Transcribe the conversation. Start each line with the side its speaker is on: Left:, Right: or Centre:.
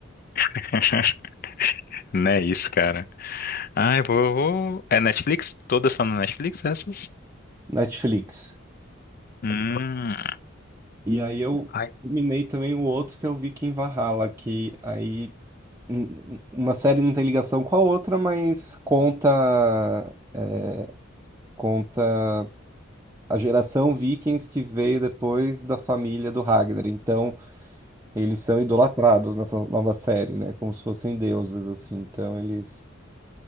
Left: <laughs> Não é isso, cara. Ai, vou, vou... É Netflix? Todas estão na Netflix, essas?
Right: Netflix.
Left: Hum.
Right: E aí eu
Left: Ai,
Right: minei também o outro que eu vi que em Valhalla, que aí um- um, uma série não tem ligação com a outra, mas conta é, conta a geração Vikings que veio depois da família do Ragnar. Então, eles são idolatrados nessa nova série, né? Como se fossem deuses, assim. Então, eles.